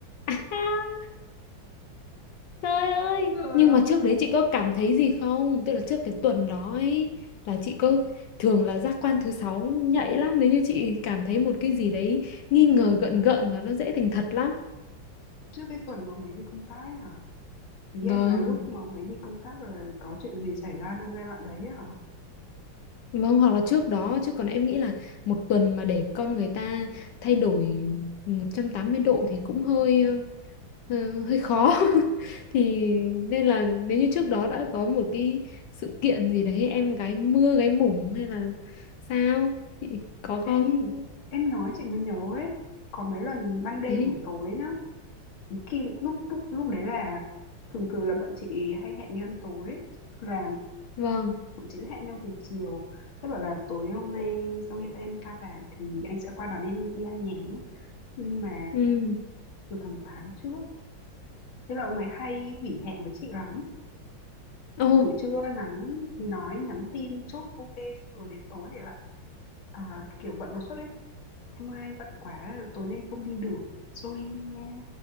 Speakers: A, on the left; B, on the left.
A: <laughs> Trời ơi,
B: không rồi
A: nhưng
B: ơi
A: mà trước đấy chị có cảm thấy gì không? Tức là trước cái tuần đó ấy, là chị có thường là giác quan thứ sáu nhạy lắm nếu như chị cảm thấy một cái gì đấy nghi ngờ gợn gợn là nó dễ thành thật lắm.
B: trước cái tuần mà ông đi công tác ấy hả ý
A: Vâng,
B: em là lúc mà ông đi công tác là có chuyện gì xảy ra trong giai đoạn đấy ấy hả
A: vâng hoặc là trước đó chứ còn em nghĩ là một tuần mà để con người ta thay đổi 180 độ thì cũng hơi ờ, hơi khó <laughs> thì nên là nếu như trước đó đã có một cái sự kiện gì đấy em gái mưa gái mủng hay là sao chị có không
B: ê em nói chị mới nhớ ấy có mấy lần ban đêm
A: ý
B: buổi tối nhá khi lúc lúc lúc đấy là thường thường là bọn chị hay hẹn đi ăn tối ấy. là
A: vâng
B: bọn chị sẽ hẹn nhau từ chiều thế bảo là tối hôm nay sau khi ta em ta làm thì anh sẽ qua đón em đi ăn nhé nhưng mà
A: ừ
B: từ tầm một tháng trước thế là ông ấy hay hủy hẹn với chị lắm
A: ồ
B: buổi trưa nắng nói nhắn tin chốt ok xong rồi đến tối thì lại à, kiểu bận đột xuất ấy em ơi anh bận quá tối nay không đi được sorry em nha